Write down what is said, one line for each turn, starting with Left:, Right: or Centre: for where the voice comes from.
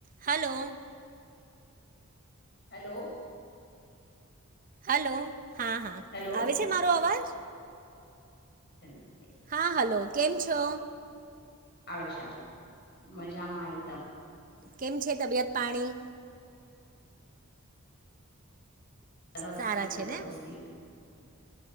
Right: Hello
Left: hello
Right: hello હા હા
Left: hello
Right: આવે છે મારો અવાજ
Left: ચલો.
Right: હા હાલો કેમ છો.
Left: આવે ચાલ મજામાં એકદમ.
Right: કેમ છે, તબિયત પાણી
Left: સરસ
Right: સારા
Left: એકદમ
Right: છે ને
Left: વ્યવસ્થિત